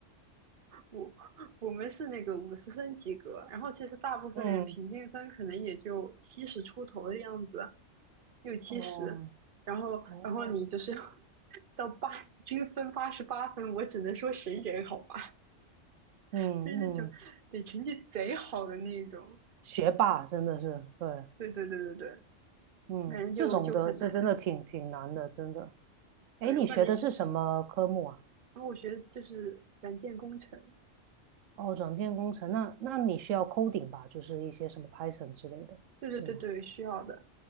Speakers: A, on the right; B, on the right.
A: 我我们是那个五十分及格，然后其实大部分人平均分可能也就七十出头的样子，
B: 嗯，
A: 六七十，
B: 哦，
A: 然后然后你就是要
B: 哦，
A: <laughs> 到八均分八十八分，我只能说神人好吧，<laughs>
B: 嗯嗯，
A: 就是那种得成绩贼好的那一种。
B: 学霸真的是，对，
A: 对对对对对，
B: 嗯，
A: 我感觉就就很难。
B: 这种的，这真的挺挺难的，真的。
A: 对，
B: 哎，你学的是什么科目啊？
A: 我感觉，然后我学的就是软件工程，
B: 哦，软件工程，那那你需要 coding 吧，就是一些什么 Python 之类的，
A: 对对对对，
B: 是吗？
A: 需要的。